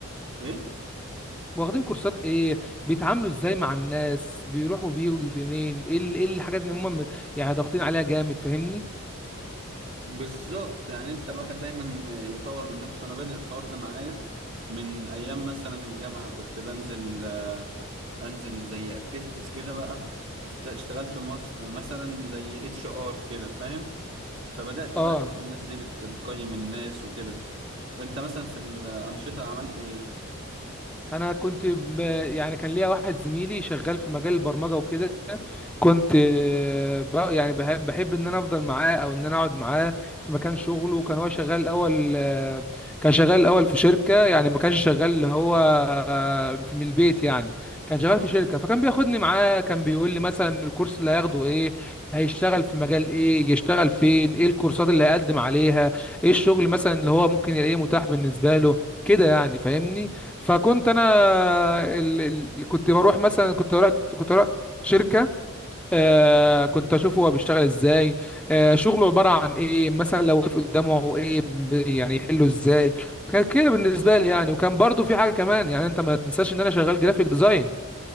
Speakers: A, on the right; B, in the centre.
A: ايه
B: واخدين كورسات ايه بيتعاملوا ازاي مع الناس بيروحوا بيجوا فين ايه ال- ايه الحاجات اللي هم يعني ضاغطين عليها جامد فاهمني
A: بالظبط يعني انت الواحد دايما يطور من نفسه انا بادئ الحوار ده معايا من ايام مثلا الجامعة كنت بنزل انزل زي اكتيفيتيز كده بقى واشتغلت مص... مثلا زي اتش ار كده فاهم فبدأت
B: اه
A: بقى اشوف الناس دي بت... بتقيم الناس وكده انت مثلا في الانشطه عملت ايه
B: انا كنت ب... يعني كان ليا واحد زميلي شغال في مجال البرمجه وكده كنت آه، ب... يعني بح- بحب ان انا افضل معاه او ان انا اقعد معاه في مكان شغله كان هو شغال الاول آه، كان شغال الاول في شركه يعني ما كانش شغال اللي هو آه، في- من البيت يعني كان شغال
A: اه
B: في شركه فكان بياخدني معاه كان بيقول لي مثلا الكورس اللي هياخده ايه هيشتغل في مجال ايه يشتغل فين ايه الكورسات اللي هيقدم عليها ايه الشغل مثلا اللي هو ممكن يلاقيه متاح بالنسبه له كده يعني فاهمني فكنت انا ال... ال... كنت بروح مثلا كنت بروح كنت بروح شركه آه كنت اشوفه هو بيشتغل ازاي آه شغله عباره عن ايه مثلا لو وقف قدامه ايه ب- يعني يحله ازاي كان كده بالنسبه لي يعني وكان برضو في حاجه كمان يعني انت ما تنساش ان انا شغال جرافيك ديزاين